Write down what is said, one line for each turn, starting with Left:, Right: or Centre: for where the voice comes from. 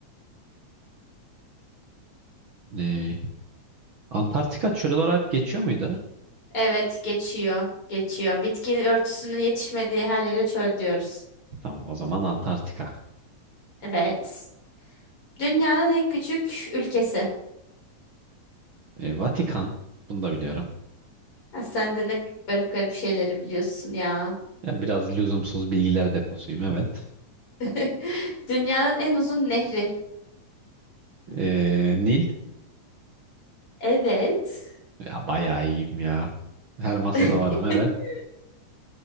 Right: Ee, Antarktika çöl olarak geçiyor muydu?
Left: Evet, geçiyor. Geçiyor. Bitki örtüsünün yetişmediği her yere çöl diyoruz.
Right: Tamam o zaman Antarktika.
Left: Evet. Dünyanın en küçük ülkesi.
Right: Ee, Vatikan. Bunu da biliyorum.
Left: Ya sen de ne garip garip şeyleri biliyorsun ya.
Right: Ya, biraz lüzumsuz bilgiler deposuyum evet.
Left: <laughs> Dünyanın en uzun nehri.
Right: Ee, Nil.
Left: Evet.
Right: Ya bayağı iyiyim ya. Her masada
Left: <laughs>
Right: varım evet.